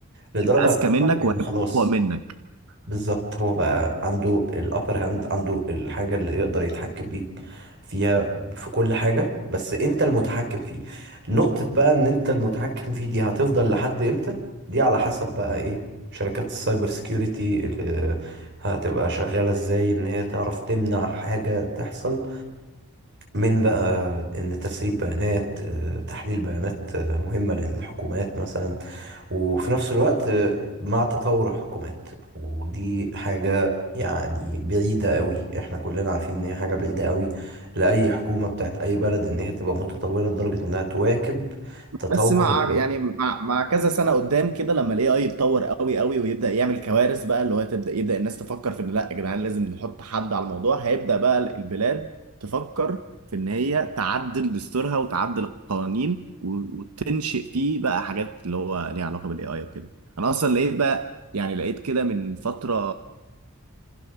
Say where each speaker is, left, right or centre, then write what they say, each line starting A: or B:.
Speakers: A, on the right (about 50°); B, on the right (about 85°).
A: لدرجة
B: هيبقى اذكى
A: هتوصل
B: منك
A: ان
B: وهيبقى
A: خلاص
B: اقوى منك
A: بالظبط هو بقى عنده الابر هاند عنده الحاجة اللي يقدر يتحكم بيك فيها في كل حاجة بس انت المتحكم فيه نقطة بقى ان انت المتحكم فيه دي هتفضل لحد امتى دي على حسب بقى ايه شركات السايبر سيكيورتي اللي هتبقى شغالة ازاي ان هي تعرف تمنع حاجة تحصل من بقى ان تسريب بيانات آه، تحليل بيانات آه، مهمة للحكومات مثلا وفي نفس الوقت آه، مع تطور الحكومات ودي حاجة يعني بعيدة قوي احنا كلنا عارفين ان هي حاجة بعيدة قوي لأي حكومة بتاعت أي بلد ان هي تبقى متطورة لدرجة انها تواكب تطور
B: بس مع يعني مع مع كذا سنه قدام كده لما الاي اي يتطور قوي قوي ويبدا يعمل كوارث بقى اللي هو تبدا يبدا الناس تفكر في ان لا يا جدعان لازم نحط حد على الموضوع هيبدا بقى البلاد تفكر في ان هي تعدل دستورها وتعدل القوانين و- وتنشئ فيه بقى حاجات اللي هو ليها علاقه بالاي اي وكده انا اصلا لقيت بقى يعني لقيت كده من فتره